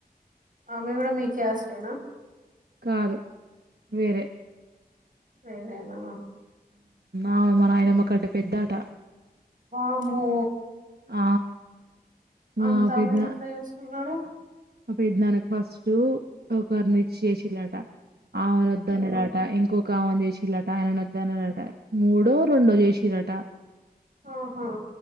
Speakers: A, on the right (about 60°); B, on the right (about 85°).
A: అమె కూడా మీ క్యాస్ట్ ఏనా
B: కాదు వేరే
A: వేరేనా
B: ఆమె మా నాయనమ్మ కంటే పెద్దాట
A: మామో
B: ఆ మా
A: అంతా
B: పెద్ద
A: ఆమెను ఎట్లా చేసుకున్నారు
B: మా పెదనాన్ కు ఫస్ట్ ఒకర్ని ఇచ్చి చేసిలట ఆమెను వద్దన్నాడట ఇంకొక ఒకమని చేసిల్లట్ అయనన్ వద్ అన్నారట మూడో రెండో చేసిరటా
A: ఆహ